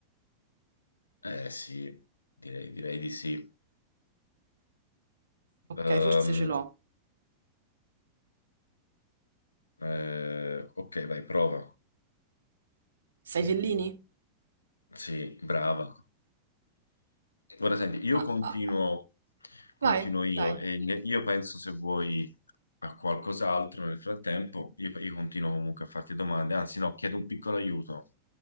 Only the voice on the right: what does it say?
Ok,
forse ce l'ho.
Sai Fellini?
Ah,
vai,
dai,